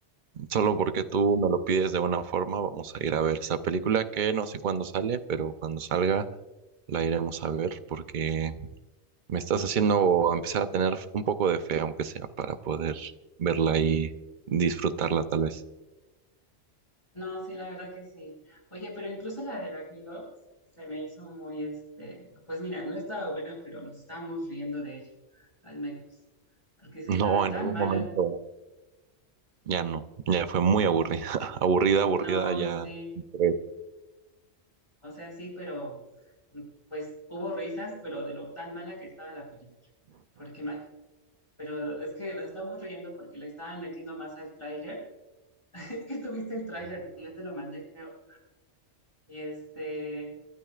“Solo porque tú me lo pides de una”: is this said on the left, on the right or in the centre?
Right